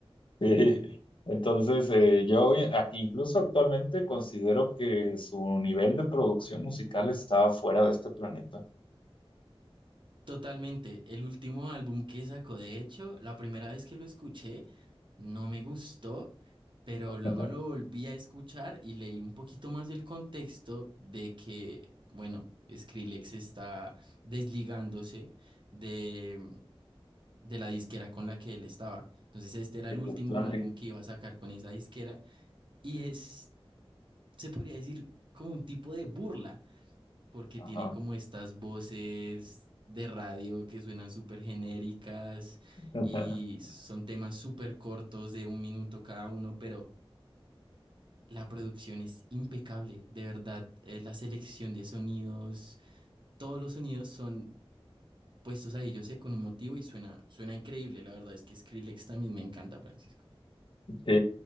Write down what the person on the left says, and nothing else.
Sí, entonces eh, yo hoy- aquí incluso actualmente considero que su nivel de producción musical está fuera de este planeta.
<laughs>
Porque
Atlantic,
ajá.
<laughs>
Sí,